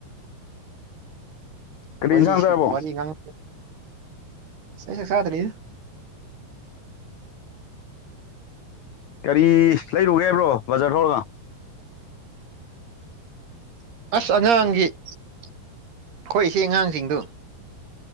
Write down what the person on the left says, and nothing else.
ꯀꯔꯤ
ꯏꯟꯁꯥꯡꯕꯣ
ꯀꯔꯤ ꯂꯩꯔꯨꯒꯦ ꯍꯥꯏꯕ꯭ꯔꯣ ꯕꯖꯥꯔ ꯐꯥꯎꯕ